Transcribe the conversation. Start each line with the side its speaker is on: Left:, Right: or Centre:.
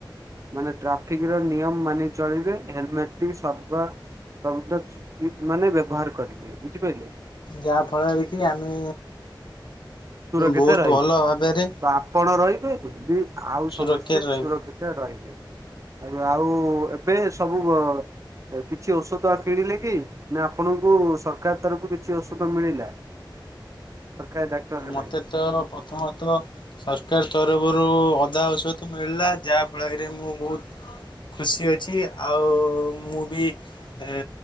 Right: ମାନେ ଟ୍ରାଫିକ ର ନିୟମ ମାନି ଚଳିବେ ହେଲମେଟ ସର୍ବ ତାନ୍ତେଚ ପ୍ଲିପ <unintelligible> ମାନେ ବ୍ୟବହାର କରିବେ ବୁଝିପାରିଲେ
Left: ଯାହାଫଳରେ କି ଆମେ
Right: ସୁରକ୍ଷିତ
Left: ବହୁତ
Right: ରହିବେ
Left: ଭଲ ଭାବରେ
Right: ତ ଆପଣ ରହିବେ କି ଆଉ
Left: ସୁରକ୍ଷାରେ
Right: ସମସ୍ତେ
Left: ରହିବୁ
Right: ସୁରକ୍ଷିତ ରହିବେ। ଏ ଆଉ ଏବେ ସବୁ କିଛି ଔଷଧ କିଣିଲେ କି ନା ଆପଣଙ୍କୁ ସରକାର ତରଫକୁ କିଛି ଔଷଧ ମିଳିଲା। ସରକାରୀ ଡାକ୍ତରଖାନାରେ?
Left: ମତେ ତ ପ୍ରଥମତ ସରକାର ତରଫରୁ ଅଧା ଔଷଧ ମିଳିଲା ଯାହା ଫଳରେରେ ମୁଁ ବହୁତ୍ ଖୁସି ଅଛି ଆଉ ମୁଁ ବି ଏ